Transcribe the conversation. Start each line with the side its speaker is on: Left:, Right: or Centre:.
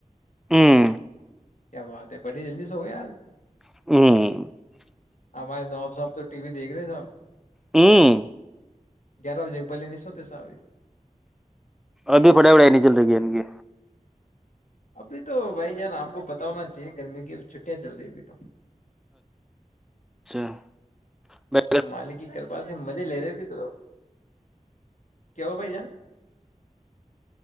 Centre: ہوں
Left: کیا بات ہے بڑے جلدی سے ہو گئے آج
Centre: ہوں
Left: ہمارے نواب صاحب تو ٹی وی دیکھ رہے صاحب
Centre: ہوں
Left: گیارہ بجے پہلے نہیں سوتےسا آج
Centre: ابھی پڑائی وڑھائی نہیں چل رہی گ ان کی
Left: ابھی تو بھائی جانا آپ کو پتا ہونا چاہیے گرمی کی چھٹیاں چل رہی ہیں ابھی تو
Centre: اچھا میں
Left: مالک کی کرپا سے مزے لے رہے <inaudible> کی ہو بھائی جان